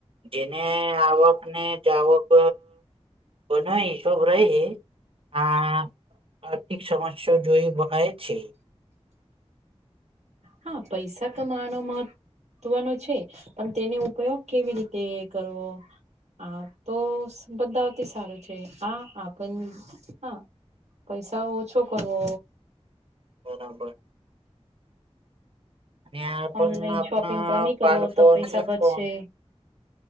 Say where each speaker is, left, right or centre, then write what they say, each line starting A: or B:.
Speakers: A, on the right; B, on the right.
A: જેને આવક ને જાવક બનાઈ શોવરાઈએ આ આર્થિક સમસ્યા જોઈ બનાય છે.
B: હા પૈસા કમાવાનો મહ ત્વનો છે પણ તેનો ઉપયોગ કેવી રીતે કરવો? હા તો બધાથી સારું છે. આ આપણ હા પૈસા ઓછો કરવો.
A: બરાબર. અને આ પણ
B: ઓનલાઈન
A: આપના
B: શોપિંગ કમી
A: બાલફોનને
B: કરો તો પૈસા બચશે
A: ફોન